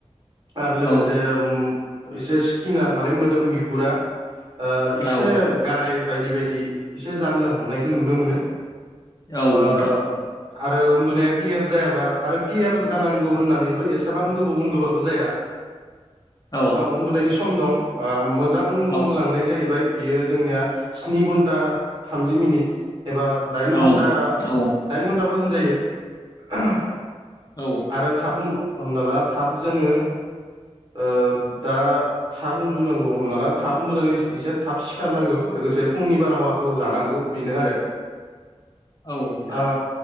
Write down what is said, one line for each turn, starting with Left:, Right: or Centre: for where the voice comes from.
Right: आरो लोगोसे
Left: औ
Right: एसे स्किना माने मोदोम बिगुरा ओ एसे
Left: औ
Right: गाराय बायदि बायदि एसे जानो हमनायखौ नुनो मोनो।
Left: औ
Right: ओ
Left: नोंथां।
Right: आरो उन्दुनाया क्लियार जायाबा आरो क्लियार जानांगौ होननानैबो एसे एसेबां गोबाव उन्दुबाबो जाया
Left: औ
Right: उन्दुनायनि सम दं। ओ मोजां उन्दुलांनाय
Left: औ
Right: जाहैबाय बियो जोंनिया स्नि घन्टा थामजि मिनिट एबा दाइनघटा
Left: औ औ
Right: दाइघन्टा होनजायो
Left: औ
Right: आरो थाब हमना ला थाब जोङो ओ दा थाब उन्दुनांगौ हमना ला थाब उन्दुनानै एसे थाब सिखारनांगौ लोगोसे फुंनि बारहावाखौ जानांगौ बेनो आरो।
Left: औ नोंथां।
Right: ओ